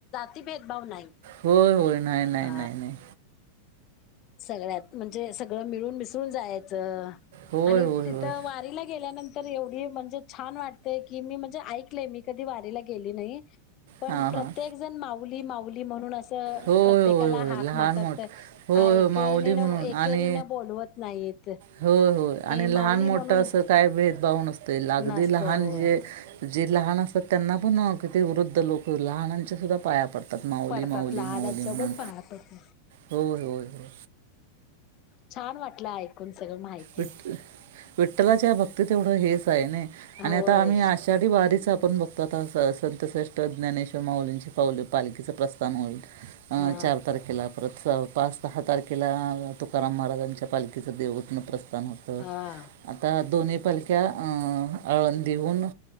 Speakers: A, on the left; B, on the right.
A: जाति भेद नाही
B: होय होय नाही नाही
A: हा
B: नाही नाही
A: सगळ्यात म्हणजे सगळं मिळून मिसरून जायचं
B: होय
A: आणि
B: होय
A: तिथं
B: होय
A: वारीला गेल्यानंतर तर एवढी म्हणजे छान वाटते की, मी म्हणजे ऐकलेय मी कधी वारीला गेली नाही पण
B: हां
A: प्रत्येक
B: हां
A: जण माऊली माऊली म्हणून असं
B: होय
A: प्रत्येकाला
B: होय होय
A: हाक
B: लहान
A: मारतात.
B: मोठ होय
A: हा
B: होय
A: एकेरी
B: माऊली म्हणून
A: न एकेरी
B: आणि
A: न बोलवत नाहीत.
B: होय हो आणि
A: माऊली
B: लहान मोठं
A: म्हणून
B: असं काय भेदभाव नसत अगदी
A: नसतय
B: लहान
A: होय
B: जे जे लहान असतात त्यांना पण कि वृद्ध लोक लहानांच्या सुद्धा पाया पडतात माऊली
A: पडतात
B: माऊली
A: लहानाच्या
B: माऊली म्हणून
A: पण पाया पडतात
B: होय होय हो.
A: छान वाटलं ऐकून सगळं माहिती
B: विठ विठ्ठलाच्या भक्तीत तेवढं हेच आहे नाइ
A: होय
B: आणि आता आम्ही आषाढी वारीत आपण बघतो आता संतश्रेष्ठ ज्ञानेश्वर माउलींचे पाउल पालखीचं प्रस्थान होईल. अ
A: हा
B: चार तारखेला परत, पाच सहा तारखेला तुकाराम महाराजांच्या पालखिचे देवतन प्रस्थान होत,
A: हा
B: आता दोन्ही पालक्या आळंदिहून